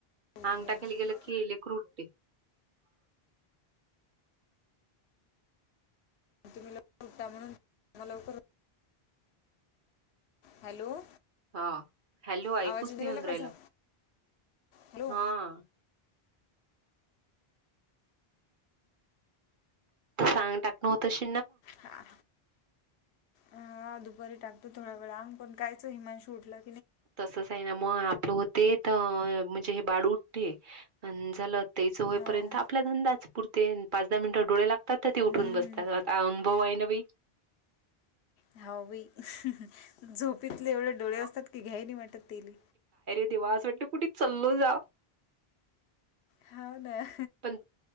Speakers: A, on the left; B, on the right.
A: उठले
B: आंगटा
A: आज
B: केेली
A: आणि
B: गेलं की लेकरू उठतय.
A: तुम्ही लवकर उठता म्हणून लवकर, हॅलो.
B: हा हॅलो ऐकूच
A: आवाज
B: नाही
A: राहिला
B: येऊन
A: का
B: राहिलं.
A: माझा हॅलो
B: हां. सांगतात ना तश
A: हा. हा दुपारी टाकतो थोडा वेळा अंग पण कायच हिमांशू उठलाय.
B: तसच आहे ना मग आपलं होते त म्हणजे हे बाड उठते अ झालं तेच होईपर्यंत
A: हो
B: आपला धंदाच पुरते पाच दहा मिनटं डोळे लाग तात ते
A: हम्म.
B: उठून बसतात. अ अनुभव आहे ना बाई.
A: हा बाई झोपतले एवढे डोळे
B: मग
A: असतात की घ्याय नाई वाटत तेले.
B: देवास वाटते कुठे चल्लो जा.
A: हाव ना.
B: पण